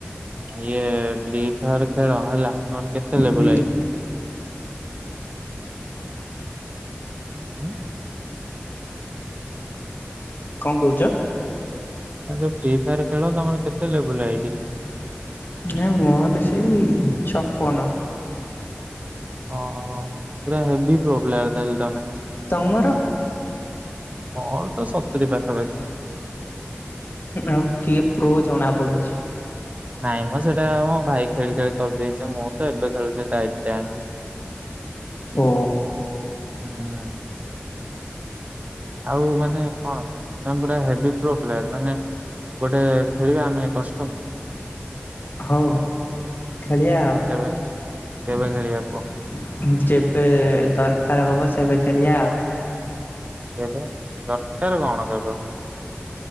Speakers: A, on the right; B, on the left.
A: ଇଏ ଫି ଫାୟାର ଖେଳ ହେଲା। ତମର କେତେ ଲେବୁଲ
B: ହୁଁ
A: ଆଇ <inaudible> ହୁଁ।
B: <inaudible> କଣ କହୁଛ।
A: <unintelligible> ତାପରେ ଖେଳ ତମର କେତେ ଲେବୁଲ ଆଇଡି?
B: <inaudible> ନାଇ ମୋର ସେଇ ଛପନ।
A: ଅ ହଁ ପୁରା ହେବି ପ୍ରୋପ୍ଲେୟର ତାହେଲ।
B: ତମର।
A: ମୋର ତ ସତୁରୀ ପାଖାପାଖି। <inaudible>
B: ଆଉ କିଏ ପ୍ରୋ ଜଣା ପଡୁଛି।
A: ନାଇଁ ମ ସେଟା ମୋ ଭାଇ ଖେଳି ଖେଳି କରିଦେଇଛି। ମୁଁ ତ ଏବେ ଖେଳୁଛି ତା ଆଇ ଡି ଟା ଆଣିକି।
B: ଓ।
A: ହୁଁ ହୁଁ। ଆଉ ମାନେ କଣ? ତମେ ପୁରା ହେବି ପ୍ରୋ ପ୍ଲେୟର ମାନେ ଗୋଟେ ଖେଳିବା ଆମେ କଷ୍ଟ୍ୟୁମ। <inaudible>
B: ହଉ ଖେଳିଆ ଆଉ
A: କେବେ କେବେ ଖେଳିବା କୁହ
B: କେବେ ଦରକାର ହବ ସେ ସେବେ ଖେଳିଆ ଆଉ।
A: କେବେ ଦରକାର କଣ। ତୋ ପାଖକୁ।